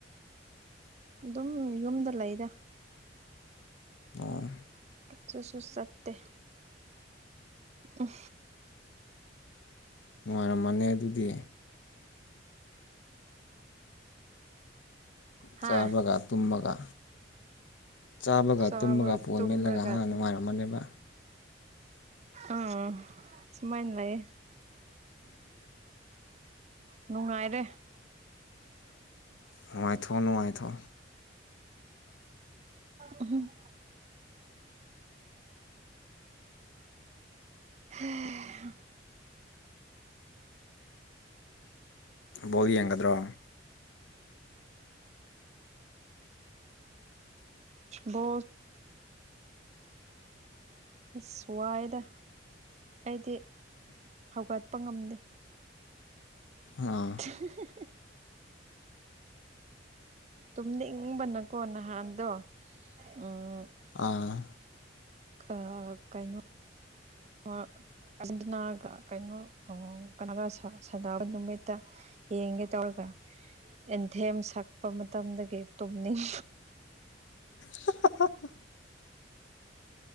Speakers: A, on the right; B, on the left.
A: ꯑꯗꯨꯝ ꯌꯨꯝꯗ ꯂꯩꯗ
B: ꯑꯥ
A: ꯄ ꯁꯣ ꯁꯠꯇ ꯎꯝ
B: ꯅꯨꯡꯉꯥꯏꯔꯝꯃꯅꯤ ꯑꯗꯨꯗꯤ
A: ꯍꯥ
B: ꯆꯥꯕꯒ ꯇꯨꯝꯃꯒ ꯆꯥꯕꯒ
A: ꯆꯥꯕ꯭ꯔ
B: ꯇꯨꯝꯃꯒ ꯄꯣꯟ
A: ꯇꯨꯝꯔꯒ
B: ꯃꯦꯠꯂꯒ ꯑꯉꯥꯡ
A: ꯑꯗꯨꯝ
B: ꯅꯨꯡꯉꯥꯏꯔꯝꯃꯅꯦꯕ
A: ꯑꯥ ꯁꯨꯃꯥꯏꯅ ꯂꯩꯌꯦ ꯅꯨꯡꯉꯥꯏꯔꯦ
B: ꯅꯨꯡꯉꯥꯏꯊꯣ ꯅꯨꯡꯉꯥꯏꯊꯣ
A: ꯎꯝ ꯍ
B: ꯕꯧ ꯌꯦꯡꯒꯗ꯭ꯔꯣ
A: ꯕ ꯑꯁ ꯋꯥꯏꯗ ꯑꯩꯗꯤ ꯍꯧꯒꯠꯄ ꯉꯝꯗꯦ
B: ꯑꯥ
A: <unintelligible> ꯇꯨꯝꯅꯤꯡꯕꯅꯀꯣ ꯅꯍꯥꯟꯗꯣ ꯎꯝ
B: ꯑꯥ
A: ꯑ ꯀꯩꯅꯣ ꯑꯥꯔꯖꯦꯟꯇꯤꯅꯥꯒ ꯀꯩꯅꯣ ꯀꯅꯥꯒꯥ ꯁꯥ ꯁꯅꯕ ꯅꯨꯃꯤꯠꯇ ꯌꯦꯡꯒꯦ ꯇꯧꯔꯒ ꯑꯦꯟꯊꯦꯝ ꯁꯛꯄ ꯃꯇꯝꯗꯒꯤ ꯇꯨꯝꯅꯤꯡ
B: <unintelligible>